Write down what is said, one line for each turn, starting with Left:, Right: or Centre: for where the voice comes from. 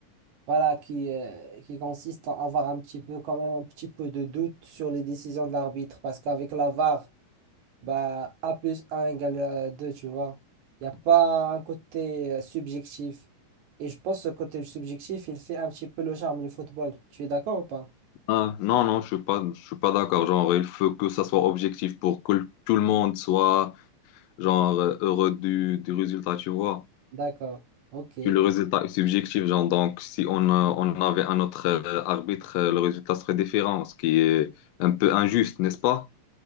Right: voilà, qui, euh, qui consiste à avoir un petit peu, quand même, un petit peu de doute sur les décisions de l'arbitre parce qu'avec la VAR, Bah, A plus un égale euh, 2, tu vois. Il n'y a pas un côté euh, subjectif. Et je pense que ce côté subjectif, il fait un petit peu le charme du football. Tu es d'accord ou pas?
Left: Ah, non, non, je suis pas, je suis pas d'accord. Genre, il faut que ça soit objectif pour que tout le monde soit genre euh, heureux du, du résultat, tu vois.
Right: D'accord. Ok.
Left: Puis le résultat est subjectif, genre, donc si on, euh, on avait un autre euh, arbitre, euh, le résultat serait différent, ce qui est un peu injuste, n'est-ce pas?